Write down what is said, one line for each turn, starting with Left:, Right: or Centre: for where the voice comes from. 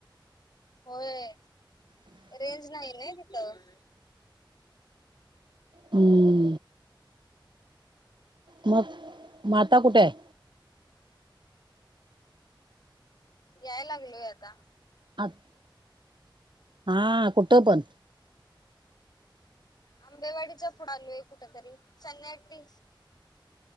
Left: होय रेंज नाही ना तिथं.
Right: हम्म मग माता कुठे आहे?
Left: याय लागलोय आता.
Right: अ <unintelligible> हा कुठं पण?
Left: आंबेवाडीचा पुढं आलोय कुठतरी सन्नटी.